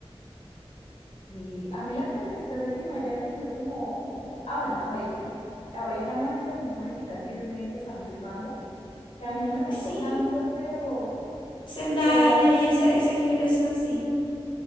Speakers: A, on the left; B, on the left.
A: Y a mí la que me entristece es que no haya cogido como... Ah, bueno, hay- hay- ahora hay una nueva generación como de chicas Disney que están triunfando, que a mí no me tocó
B: Sí,
A: tanto, pero,
B: Zendaya
A: pero la única
B: y
A: que
B: esa, esa
A: sigo
B: generación, sí.